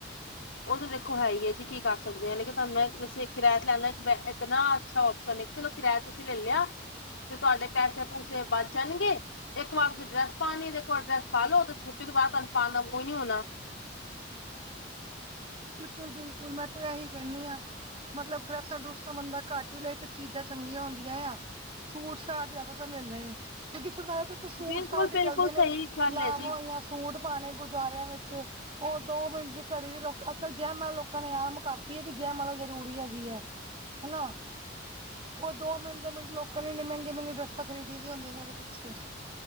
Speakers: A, on the left; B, on the right.
A: ਉਹ ਤਾਂ ਦੇਖੋ ਹੈ ਹੀ ਹੈ ਜੀ। ਕੀ ਕਰ ਸਕਦੇ ਆ ਲੇਕਿਨ ਤੁਹਾਨੂੰ ਮੈਂ ਦੱਸੇ ਕਿਰਾਇ ਤੇ ਲੈ ਲੈਣ ਇੱਕ ਨਾ। ਅੱਛਾ ਓਪਸ਼ਨ ਹੈ। ਚਲੋ ਕਿਰਾਇਆ ਤੁਸੀਂ ਲੈ ਲਿਆ ਤੇ ਤੁਹਾਡੇ ਪੈਸੇ -ਪੂਸੇ ਬਚ ਜਾਣਗੇ। ਇੱਕ ਵਾਰ ਤੁਸੀਂ ਡਰੈਸ ਪਾਣੀ ਤੇ ਇੱਕ ਵਾਰ ਡਰੈਸ ਪਾ ਲਓ। ਤੇ ਛੁੱਟੀ ਤੋਂ ਬਾਅਦ ਤੁਹਾਨੂੰ ਪਾਣਾ ਕੋਈ ਨੀ ਹੋਣਾ।
B: ਬਿਲਕੁਲ -ਬਿਲਕੁਲ ਮੈਂ ਤੇ ਇਹੀ ਕਹਨੀ ਹਾਂ। ਮਤਲਬ ਡਰੈਸਾਂ- ਡਰੂਸਾਂ ਬੰਦਾ ਘੱਟ ਹੀ ਲੈ, ਤੇ ਚੀਜ਼ਾਂ ਚੰਗੀਆਂ ਹੁੰਦੀਆਂ ਆ। ਸੂਟ- ਸਾ਼ਟ ਜਿਆਦਾ ਤਾਂ ਲਾ ਲੈ, ਕਿਉਂਕਿ ਠੰਡ ਆ ਕੀ। ਸੂਟ-
A: ਬਿਲਕੁਲ
B: ਸਾਟ
A: ਬਿਲਕੁਲ
B: ਈ ਚੱਲਦੇ ਨੇ,
A: ਸਹੀ ਗੱਲ
B: ਲਾਵਾਂ
A: ਹੈ ਜੀ
B: ਹੋਈਆਂ- ਸੂਟ ਪਾਣੇ ਗੁਰਦੁਆਰਿਆਂ ਵਿੱਚ, ਉਹ ਦੋ ਮਿੰਟ ਦੀ ਘੜੀ ਦਾ- ਅੱਜ ਕੱਲ ਜੈ ਮਾਲਾ ਲੋਕਾਂ ਨੇ ਆਮ ਕਰਤੀ ਹੈ। ਕਿ ਜੈ ਮਾਲਾ ਜ਼ਰੂਰੀ ਹੈਗੀ ਹੈ ਹਨਾ। ਉਹ ਦੋ ਮਿੰਟ ਦ ਮਿੰਟ ਲੋਕਾਂ ਇਨੇ ਮਹਿੰਗੀਆਂ- ਮਹਿੰਗੀਆਂ ਡਰੱਸਾਂ ਖਰੀਦੀਆਂ ਹੁੰਦੀਆਂ ਨੇ, ਉਹਦੇ ਪਿੱਛੇ